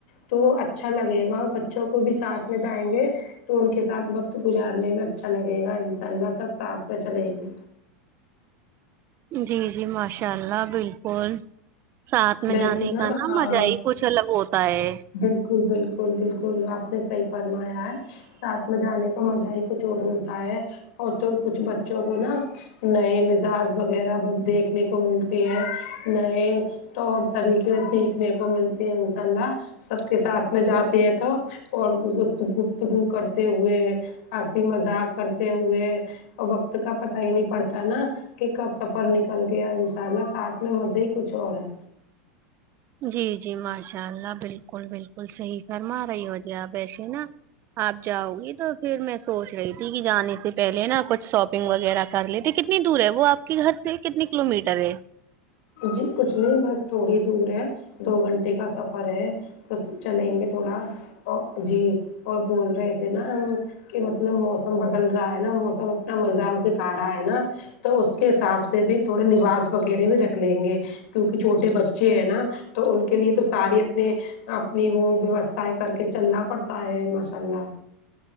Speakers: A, on the left; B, on the right.
A: تو اچھا لگے گا اور بچوں کو بھی ساتھ میں جائیں گے تو ان کے ساتھ وقت گزارنے میں اچھا لگے گا ان شاء اللہ سب ساتھ میں چلیں گے
B: جی جی ماشاء اللہ بالکل ساتھ میں
A: ویسے
B: جانے کا نا
A: ہاں
B: مزہ ہی کچھ الگ ہوتا ہے
A: بالکل بالکل بالکل آپ نے صحی فرمایا ہے ساتھ میں جانے کا مزہ ہی کچھ اور ہوتا ہے اور تو کچھ بچوں کو نا نئے مزاج وغیرہ دیکھنے کو ملتی ہے نئے طور طریقے سیکھنے کو ملتے ہیں انشاء اللہ سب کے ساتھ میں جاتے ہے تو اور گفتگو کرتے ہوۓ ہسی مذاق کرتے ہوئے اور وقت کا پتا ہی نہیں پڑتا نا کہ کب سفر نکل گیا ان شاء اللہ ساتھ میں مزے ہی کچھ اور ہے
B: جی جی ماشاء اللہ بالکل بالکل صحیح فرما رہی ہو جی آپ ایسے نا آپ جاؤ گی تو پھر میں سوچ رہی تھی کہ جانے سے پہلے نا کچھ شاپنگ وغیرہ کر لیتے کتنی دور ہے وہ آپ کے گھر سے کتنی کلو میٹر ہے
A: جی کچھ نہیں بس تھوڑی دور ہے دو گھنٹے کا سفر ہے تو چلیں گے تھوڑا اور جی اور بول رہے تھے نا ہم کہ مطلب موسم بدل رہا ہے نا موسم اپنا مزاج دکھا رہا ہے نا تو اس کے حساب سے بھی تھوڑے لباس وغیرہ بھی رکھ لیں گے کیونکہ چھوٹے بچے ہیں نا تو ان کے لیے تو سار اپنے اپنی وہ ویوستھائیں کر کے چلنا پڑتا ہے ماشاء اللہ